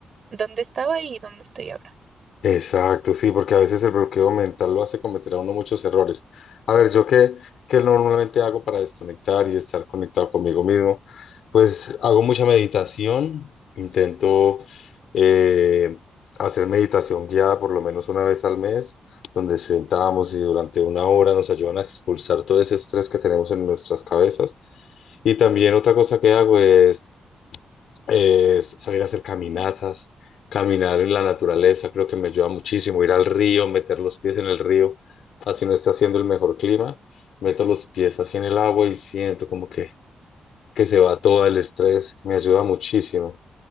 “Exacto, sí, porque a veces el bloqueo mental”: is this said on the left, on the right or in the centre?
Left